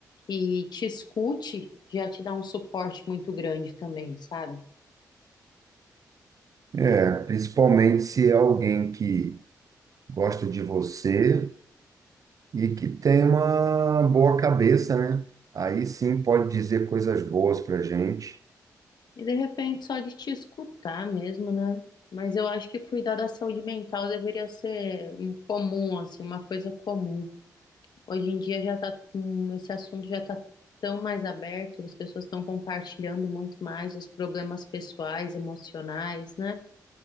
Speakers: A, on the left; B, on the right.
A: e te escute, já te dá um suporte muito grande também, sabe?
B: É, principalmente se é alguém que gosta de você e que tem uma boa cabeça, né? Aí sim pode dizer coisas boas pra gente.
A: E de repente só de te escutar mesmo, né? Mas eu acho que cuidar da saúde mental deveria ser um comum, assim, uma coisa comum. Hoje em dia já tá, com- esse assunto já tá tão mais aberto, as pessoas estão compartilhando muito mais os problemas pessoais, emocionais, né?